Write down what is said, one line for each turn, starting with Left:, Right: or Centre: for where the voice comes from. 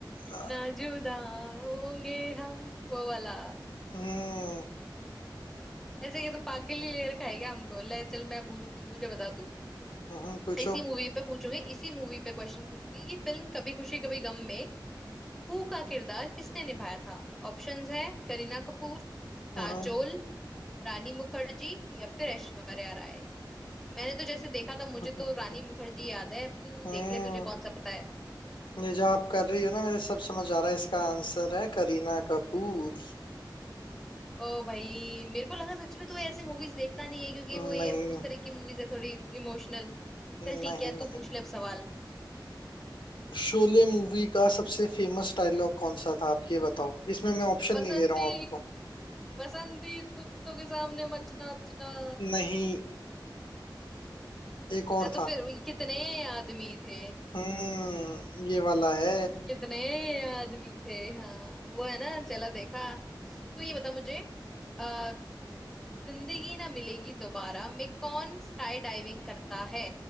Left: अ,
Centre: नाजुदा होंगे हम वो वाला
Left: हम्म
Centre: ऐसे के तो पागल ही ले रखा है क्या हमको ले चल मैं पूछती हूँ मुझे बता तू
Left: हम्म पूछो
Centre: इसी मूवी पे पूछूंगी इसी मूवी पे क्वेश्चन पूछूंगी कि फिल्म कभी खुशी कभी गम में पू का किरदार किसने निभाया था ऑप्शंस है करीना कपूर काजोल
Left: हम्म हम्म
Centre: रानी मुखर्जी या फिर ऐश्वर्या राय मैंने तो जैसे देखा था मुझे
Left: हम्म,
Centre: तो
Left: हम्म,
Centre: रानी मुखर्जी याद है अब तू
Left: हम्म।
Centre: देख ले तुझे कौन सा पता है
Left: ये जो आप कर रही हो ना मेरे सब समझ आ रहा है इसका आंसर है करीना कपूर
Centre: ओ भाई मेरे को लगा सच में तू ऐसी मूवीज देखता नहीं है क्योंकि
Left: नहीं
Centre: वो ये उस तरह की मूवीज है थोड़ी इमोशनल चल
Left: नहीं
Centre: ठीक है
Left: नहीं
Centre: तू पूछ ले अब सवाल
Left: शोले मूवी का सबसे फेमस डायलॉग कौन सा था आप ये बताओ इसमें मैं ऑप्शन
Centre: बसंती
Left: नहीं दे रहा हूँ आपको
Centre: बसंती कुत्तों के सामने मचना अच्छना
Left: नहीं एक और
Centre: हाँ तो
Left: था
Centre: फिर ये कितने आदमी थे
Left: हम्म ये वाला है
Centre: कितने आदमी थे हाँ वो है ना चला देखा तो ये बता मुझे अ, जिंदगी ना मिलेगी दोबारा में कौन स्काई डाइविंग करता है